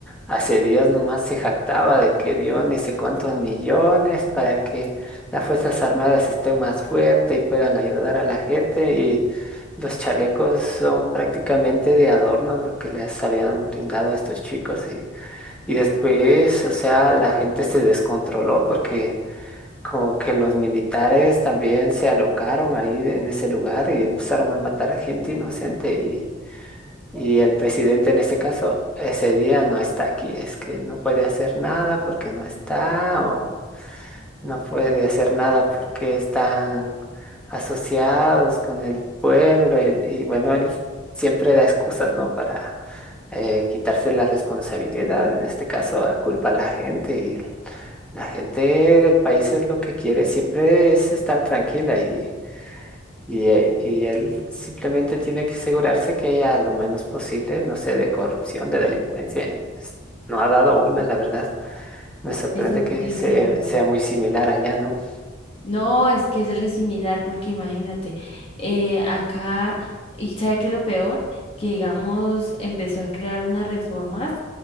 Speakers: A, in the centre; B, on the left.
A: hace días nomás se jactaba de que dio ni sé cuántos millones para que las Fuerzas Armadas estén más fuertes y puedan ayudar a la gente y los chalecos son prácticamente de adorno lo que les habían brindado a estos chicos y, y después, o sea, la gente se descontroló porque como que los militares también se alocaron ahí en ese lugar y empezaron a matar gente inocente y, y el presidente en este caso ese día no está aquí, es que no puede hacer nada porque no está o no puede hacer nada porque están asociados con el pueblo y, y bueno, él siempre da excusas, ¿no? Para eh, quitarse la responsabilidad, en este caso culpa a la gente la gente del país es lo que quiere, siempre es estar tranquila y, y, eh, y él simplemente tiene que asegurarse que haya lo menos posible, no sé, de corrupción, de delincuencia. Y pues, no ha dado una, la verdad. Me sorprende
B: eso
A: que
B: sí
A: se,
B: es cierto.
A: sea muy similar allá, ¿no?
B: No, es que es re similar porque imagínate, eh, acá, y ¿sabe qué es lo peor? Que digamos, empezó a crear unas reformas